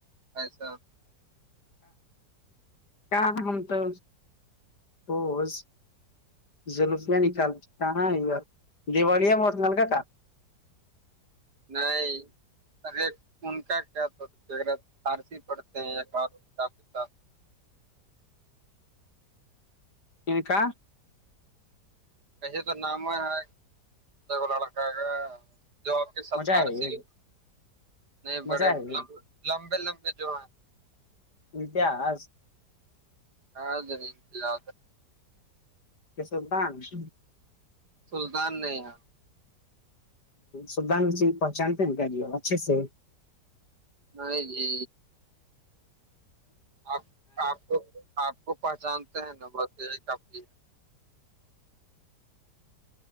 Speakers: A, on the right; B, on the left.
A: ایسا
B: کہاں ہم تو بوس جلوفیاں نکالتی کہاں دیوالیاں مور نل کاا کہاں
A: نہیں ارے ان کا کیا تو فارسی پڑتے ہیں ایک بار کا پ
B: ان کا
A: ایے تو نام ہے لڑکا کا جو آپ کے س
B: مجاہد
A: فارسی نہیں بڑے
B: مجاہد
A: لم لمبے لمبے جو ہیں
B: اتہس
A: ہاں ننتی ل ا
B: کیس بان س
A: سلطان نے یہاں
B: سبانچی پہچاتے ہیں ن گ ج اچھے سے
A: نہیں جی آپ آپ کو آپ کو پہچانتے ہیں نبربھی ہے